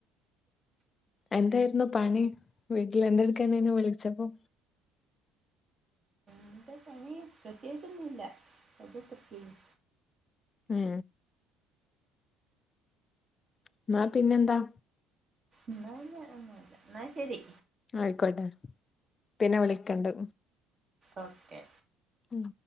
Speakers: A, on the left; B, on the right.
A: എന്തായിരുന്നു പണി വീട്ടിൽ എന്തെടുക്കെനീ വിളിച്ചപ്പോ
B: എന്താ പണി പ്രത്യേകിച്ചൊന്നുല്ല വെറുതെ കുത്തർക്കേനി
A: മ് എന്നാ പിന്നെന്താ
B: ഇന്ന പിന്നെ ഒന്നുല്ല ഇന്നാ ശരി
A: ആയിക്കോട്ടെ പിന്നെ വിളിക്കണ്ട്
B: ഓക്കെ
A: ഉം